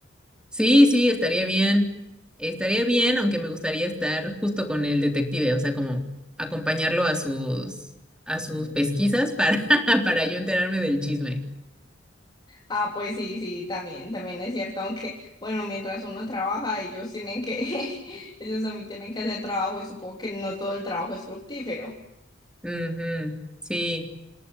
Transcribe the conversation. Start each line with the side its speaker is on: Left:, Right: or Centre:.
Centre: Sí, sí, estaría bien. Estaría bien, aunque me gustaría estar justo con el detective, o sea, como acompañarlo a sus a sus pesquisas para <laughs> para yo enterarme del chisme.
Left: Ah, pues sí, sí, también, también es cierto, aunque, bueno, mientras uno trabaja, ellos tienen que, <laughs> ellos también tienen que hacer trabajo y supongo que no todo el trabajo es fructífero.
Centre: Ujú, sí.